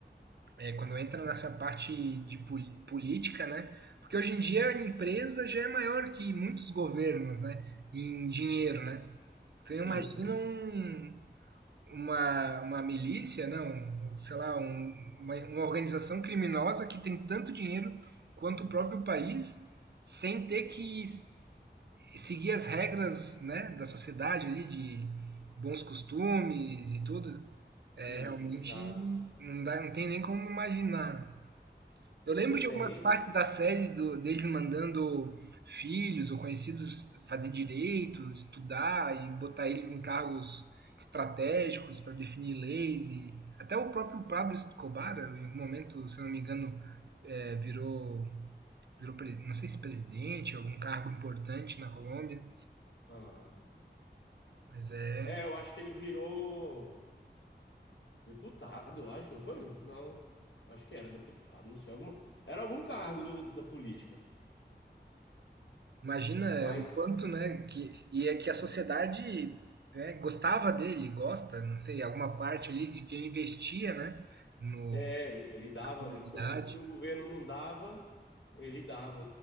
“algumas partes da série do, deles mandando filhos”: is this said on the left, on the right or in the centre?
Right